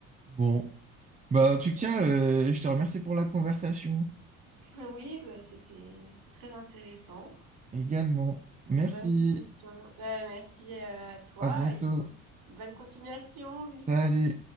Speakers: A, on the right; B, on the right.
A: Bon. Bah, en tout cas, euh, je te remercie pour la conversation
B: <laughs> Oui, bah, c'était très intéressant.
A: également. Merci.
B: Bonne discussion. Bah, merci euh, à toi
A: À bientôt.
B: et bonne continuation.
A: Salut.